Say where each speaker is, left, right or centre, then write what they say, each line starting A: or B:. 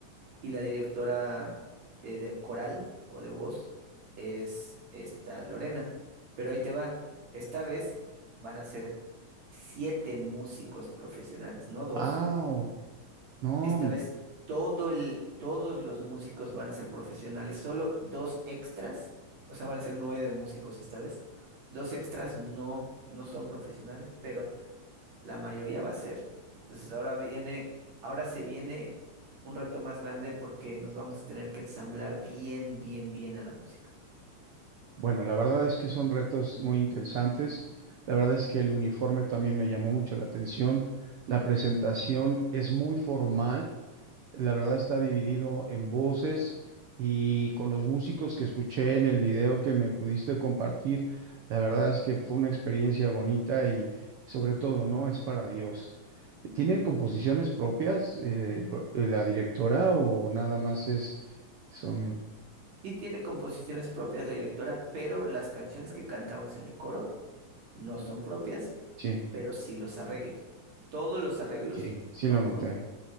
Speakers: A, on the right; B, on the right.
A: y la directora eh, de coral o de voz es esta Lorena. Pero ahí te va, esta vez van a ser siete músicos profesionales, no dos.
B: Ah, oh, no.
A: Esta
B: hombre.
A: vez todo el, todos los músicos van a ser profesionales, solo dos extras, o sea, van a ser nueve músicos esta vez. Dos extras no, no son profesionales, pero la mayoría va a ser. Entonces ahora viene, ahora se viene un reto más grande porque nos vamos a tener que ensamblar bien, bien, bien a la música.
B: Bueno, la verdad es que son retos muy interesantes. La verdad es que el uniforme también me llamó mucho la atención. La presentación es muy formal. La verdad está dividido en voces y con los músicos que escuché en el video que me pudiste compartir, la verdad es que fue una experiencia bonita y sobre todo, ¿no? Es para Dios. ¿Tienen
A: Mm.
B: composiciones propias, eh, lo- eh, la directora o nada más es, son,
A: Sí tiene composiciones propias la directora, pero las canciones que cantamos en el coro no son propias,
B: sí,
A: pero sí los arreglos. Todos los arreglos
B: sí, sí
A: son
B: lo noté.
A: propios.